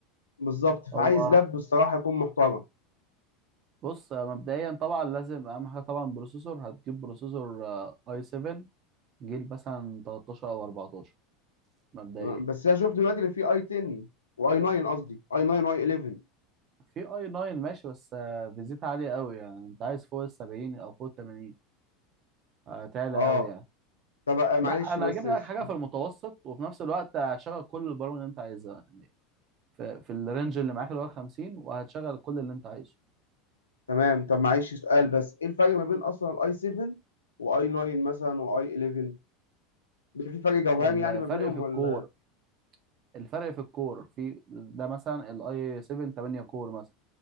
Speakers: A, on the left; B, on the right.
A: بالظبط فعايز
B: هو
A: لاب الصراحه يكون محترم
B: بص مبدئيا طبعا لازم اهم حاجه طبعا بروسيسور هتجيب بروسيسور اي 7 جيل مثلا 13 او 14 مبدئيا
A: تمام بس انا شفت دلوقتي اللي فيه اي 10 واي 9 قصدي اي 9 واي 11
B: في اي 9 ماشي بس آه، فيزيت عاليه قوي يعني انت عايز فوق ال 70 او فوق ال 80 آه، تعلى
A: اه
B: قوي يعني
A: طب آه، معلش
B: لا انا
A: بس
B: هجيب لك
A: س-
B: حاجه في المتوسط وفي نفس الوقت هتشغل كل البرامج اللي انت عايزها يعني في, في الرينج اللي معاك اللي هو 50 وهتشغل كل اللي انت عايزه
A: تمام طب معلش سؤال بس ايه الفرق ما بين اصلا الاي 7 واي 9 مثلا واي 11 بيبقى في فرق جوهري
B: الفرق
A: يعني ما بينهم
B: في الكور
A: ولا
B: الفرق في الكور في ده مثلا الاي 7 8 كور مثلا